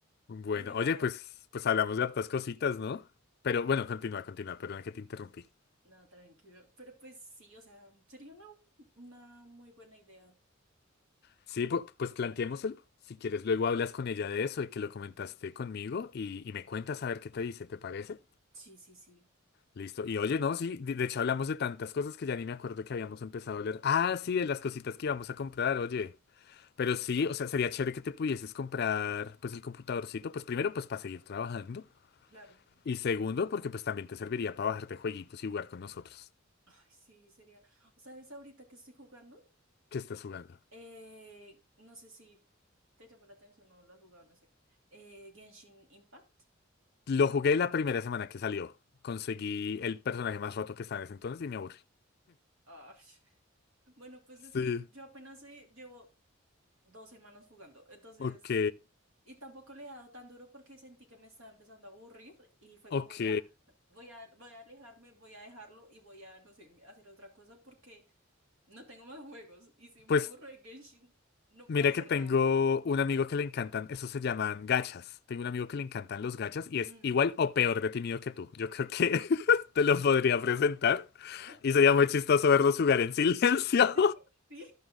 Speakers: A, on the left; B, on the right.
A: Bueno,
B: o sea,
A: oye, pues, pues hablamos de hartas cositas, ¿no? Pero bueno, continúa, continúa, perdón que te interrumpí.
B: no, tranquilo, pero pues sí, o sea, sería una, una muy buena idea,
A: Sí, pu- pues, planteémoselo. Si quieres, luego hablas con ella de eso, de que lo comentaste conmigo y, y me cuentas a ver qué te dice, ¿te parece?
B: sí, sí, sí,
A: Listo. Y oye, no, sí, de, de hecho hablamos de tantas cosas que ya ni me acuerdo que habíamos empezado a hablar. Ah, sí, de las cositas que íbamos a comprar, oye. Pero sí, o sea, sería chévere que te pudieses comprar, pues, el computadorcito, pues primero, pues, para seguir trabajando.
B: claro,
A: Y segundo, porque pues también te serviría para bajarte jueguitos y jugar con nosotros.
B: ay, sí, sería, o sea, ahorita que estoy jugando?
A: ¿Qué estás jugando?
B: Eh, no sé si te llamó la atención o lo has jugado, no sé. Eh, Genshin Impact.
A: Lo jugué la primera semana que salió. Conseguí el personaje más roto que estaba en ese entonces y me aburrí.
B: Ah, <laughs> bueno, pues es
A: Sí.
B: que yo apenas eh, llevo dos semanas jugando, entonces,
A: Ok,
B: y tampoco le he dado tan duro porque sentí que me estaba empezando a aburrir y fue
A: ok.
B: como ya, voy a, voy a alejarme, voy a dejarlo y voy a, no sé, hacer otra cosa porque no tengo más <laughs> juegos y si me
A: Pues
B: aburro de Genshin, no
A: mira
B: puedo hacer
A: que tengo
B: nada más.
A: un amigo que le encantan, esos se llaman gachas. Tengo un amigo que le encantan los gachas y es
B: Mm.
A: igual o peor de tímido que tú. Yo creo que <laughs> te los podría presentar
B: <laughs>
A: y sería muy chistoso verlos jugar en silencio.
B: <laughs> Sí,